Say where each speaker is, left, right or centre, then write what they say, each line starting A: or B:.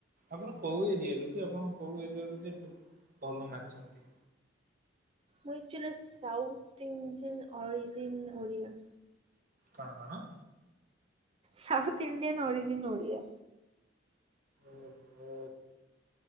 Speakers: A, on the right; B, on the right.
A: ଆପଣ କୋଉ ଏରିିଆରୁ? <unintelligible> ଆପଣ କୋଉ ଏରିଆରୁ ଯେ ଏତେ ଭଲ ନାଚନ୍ତି?
B: ମୁଁ actually south Indian origin Oriya.
A: କଣ କଣ?
B: South Indian origin Odia.
A: ଏ ପିଲେ